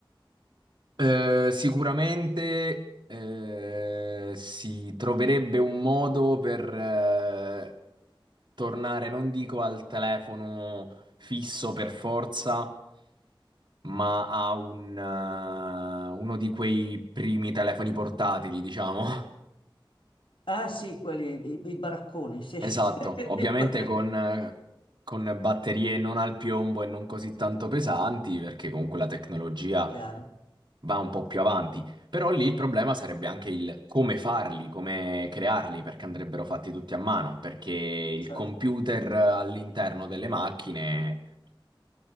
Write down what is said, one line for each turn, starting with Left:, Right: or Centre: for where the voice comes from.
Right: Eh, sicuramente eh, si troverebbe un modo per eh, tornare, non dico al telefono fisso per forza, ma ha un, eh, uno di quei primi telefoni portatili, diciamo. <laughs>
Left: Ah, sì, quelli, i, i baracconi, sì. <laughs> I
Right: Esatto, ovviamente
Left: bar-
Right: con, eh, con batterie non al piombo e non così tanto pesanti, perché comunque la tecnologia
Left: Chiaro,
Right: va un po' più avanti. Però lì il problema sarebbe anche il come farli, come crearli, perché andrebbero fatti tutti a mano, perché il
Left: certo.
Right: computer all'interno delle macchine,